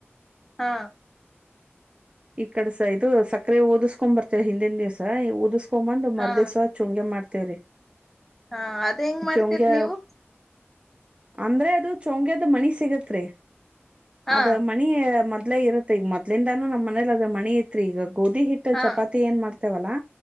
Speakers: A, in the centre; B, on the right (about 25°).
A: ಹಾ
B: ಈ ಕಡೆಸ ಇದು ಸಕ್ಕರೆ ಓದಿಸ್ಕೊಂಡ್ ಬರ್ತೇವ ಹಿಂದಿನ ದಿವ್ಸ ಓದಿಸಕೊಂಡ ತೊಂಬಂದು
A: ಹಾ
B: ಮರ್ದ ಸಹ ಚುಂಗೆ ಮಾಡ್ತೇವ್ರೀ
A: ಹಾ ಹೆಂಗ್ ಮಾಡ್ತೀರ್
B: ಚೌಂಗ್ಯ
A: ನೀವು
B: ಅಂದ್ರೆ ಅದು ಚೊಂಗ್ಯದ ಮಣಿ ಸಿಗತ್ರಿ
A: ಹಾ
B: ಅದ ಮ ಮದಲೇ ಇರುತ್ತ ಈಗ ಮೊದ್ಲಿಂದನ ನಮ್ಮ ಮನೇಲಿ ಅದ್ರ ಮಣಿ ಇತ್ರಿ ಈಗ ಗೋಧಿ ಹಿಟ್ಟ
A: ಹಾ
B: ಚಪಾತಿ ಏನ್ ಮಾಡ್ತೇವಲ್ಲಾ